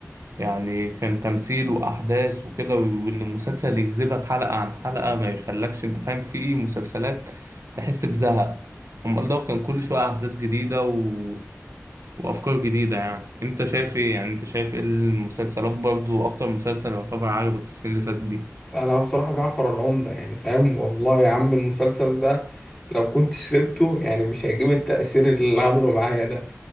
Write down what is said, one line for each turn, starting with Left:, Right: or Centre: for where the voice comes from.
Right: يعني كان تمثيل وأحداث وكده وإن المسلسل يجذبك حلقة عن حلقة ما يخلكش أنت فاهم في مسلسلات تحس بزهق أمال ده كان كل شوية أحداث جديدة و... وأفكار جديدة يعني أنت شايف إيه يعني أنت شايف إيه المسلسلات برضو أكتر مسلسل يعتبر عجبك السنة اللي فاتت دي
Left: انا بصراحة جعفر العمدة يعني فاهم والله يا عم المسلسل ده لو كنت شربته يعني مش هيجيب التأثير اللي عمله معايا ده